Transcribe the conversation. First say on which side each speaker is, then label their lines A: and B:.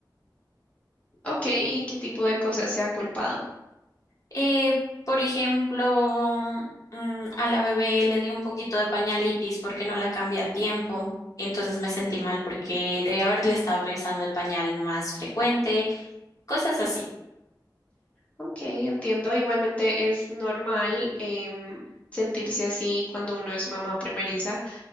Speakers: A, on the left; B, on the left.
A: Ok, ¿y qué tipo de cosas se ha culpado?
B: Eh, por ejemplo, mm, a la bebé le dio un poquito de pañalitis porque no la cambié a tiempo. Entonces me sentí mal porque debía haberle estado revisando el pañal más frecuente, cosas así.
A: Ok, entiendo. Igualmente es normal em, sentirse así cuando uno es mamá primeriza,